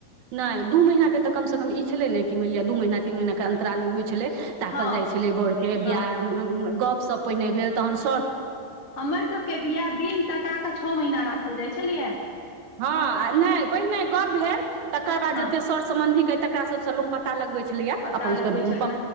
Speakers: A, on the right; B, on the left.
A: नहि दू महीनाक तऽमसँ कम ई छलै ने कि मानि लिअ दू महीना तीन महननाे अतरालमे होइ छलै ताकल
B: हँ
A: जाइ छलै बड़के
B: हँ
A: बियाह गप सप पहिने भेल तहन स
B: हमरसबके बियाह दिन तकाके छओ महीना राखल जाइ छलियै
A: हँ आ नहि पहिने गप भेल तकर बाद
B: हँ
A: जतेक सर सम्बन्धीेइ तकरा सभसँ लोक पता प्ता लगबै छलियया
B: पता
A: अपन
B: लगबै
A: सभके
B: छलखिन
A: प